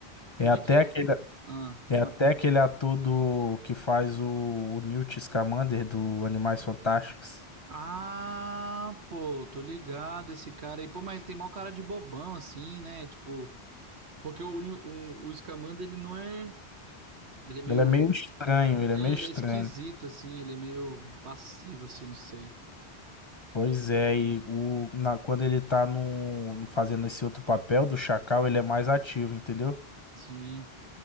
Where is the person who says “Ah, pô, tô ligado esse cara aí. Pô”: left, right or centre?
Right